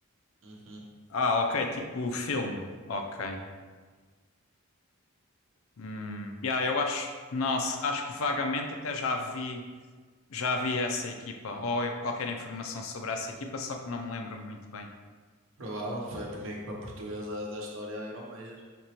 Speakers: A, on the right (about 60°); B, on the left (about 70°).
A: uhum.
B: Ah, ok, tipo filme. Ok. Hum, yeah, eu acho. Nossa, acho que vagamente até já vi. Já vi essa equipa, ou qualquer informação sobre essa equipa, só que não me lembro muito bem.
A: Provável, foi a primeira equipa portuguesa da história a ir ao Major.